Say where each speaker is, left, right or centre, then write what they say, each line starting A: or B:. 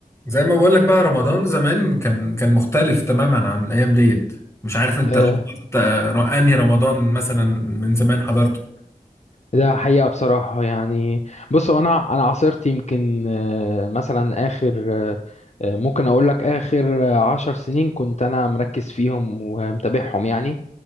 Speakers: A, on the left (about 20°); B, on the left (about 50°).
A: زي ما بقول لك بقى رمضان زمان كان كان مختلف تماما عن الايام ديت مش عارف انت
B: آه،
A: حضرت آه، انهي رمضان مثلا من زمان حضرته
B: ده حقيقة بصراحة يعني بص هو أنا أنا عاصرت يمكن آه، مثلا آخر آه، آه، ممكن أقول لك آخر آه، عشر سنين كنت أنا مركز فيهم ومتابعهم يعني